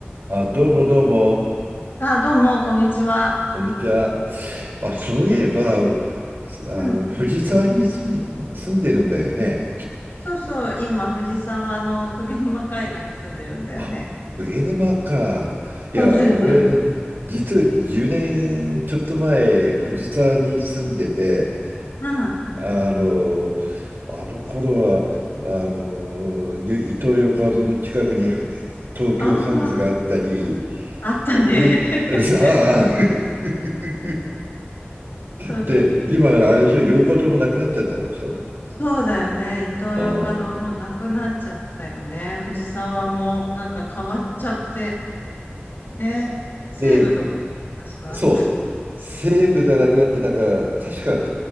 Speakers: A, on the right; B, on the left.
A: あ、どうもどうも、
B: あ、どうも、こんにちは。
A: こんにちは。あ、そういえば、すあの、
B: うん。
A: 藤沢に住んで、住んでるんだよね。
B: そうそう、今、藤沢の鵠沼海岸に住んでるんだよね。
A: あ、鵠沼か。いや、
B: そうなの。
A: 俺、実は10年ちょっと前、藤沢に住んでて、
B: うん。あ
A: あの、あの頃は、あの、伊東横浜の近くに東急ハンズがあったり、
B: あ、あったね。
A: いろいろ、
B: <laughs>
A: さあ、<laughs>
B: そうだね。
A: で、今、あれでしょ、8日ともなくなっちゃったんでしょ
B: そうだよね。イトーヨーカドーもうなくなっちゃったよね。
A: ああ。
B: 藤沢もなんか変わっちゃって。ね。西武とかも昔はあっ
A: で、そう、西武がなくなって、なんか、確か、